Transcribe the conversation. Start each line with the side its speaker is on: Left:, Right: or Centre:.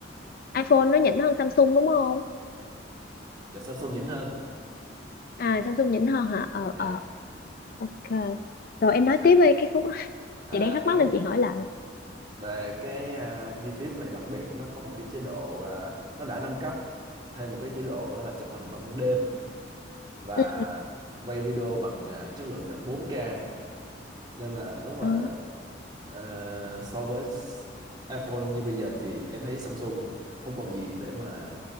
Left: iPhone nó nhỉnh hơn Samsung đúng không
Right: dạ Samsung nhỉnh hơn
Left: à Samsung nhỉnh hơn hả ờ
Right: dạ
Left: ờ ok rồi em nói
Right: dạ
Left: tiếp đi cái khúc đó
Right: à,
Left: chị đang thắc
Right: cái
Left: mắc
Right: khúc
Left: nên chị hỏi lại
Right: về cái à, di phím này đặc biệt nó có một cái chế độ à, nó đã nâng cấp thêm một cái chế độ đó là chụp bằng bằng ban đêm và
Left: ừ
Right: quay video bằng à, chất lượng ảnh 4K nên là nếu mà
Left: à,
Right: ờ, so với s- iPhone như bây giờ thì em thấy Samsung không còn gì để mà